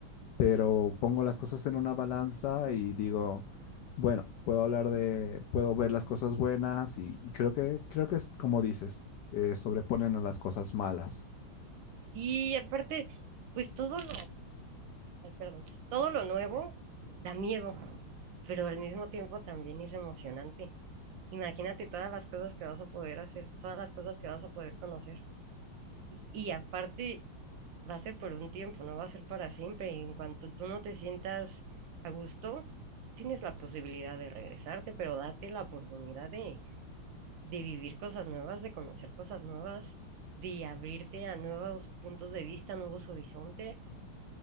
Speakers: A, on the left; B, on the right.
A: Pero pongo las cosas en una balanza y digo, bueno, puedo hablar de, puedo ver las cosas buenas y, y creo que, creo que es como dices, eh, sobreponen a las cosas malas.
B: Y aparte, pues todo lo Ay, perdón. Todo lo nuevo da miedo, pero al mismo tiempo también es emocionante. Imagínate todas las cosas que vas a poder hacer, todas las cosas que vas a poder conocer. Y aparte, va a ser por un tiempo, no va a ser para siempre. Y en cuanto tú no te sientas a gusto, tienes la posibilidad de regresarte, pero date la oportunidad de, de vivir cosas nuevas, de conocer cosas nuevas, de abrirte a nuevos puntos de vista, nuevos horizontes.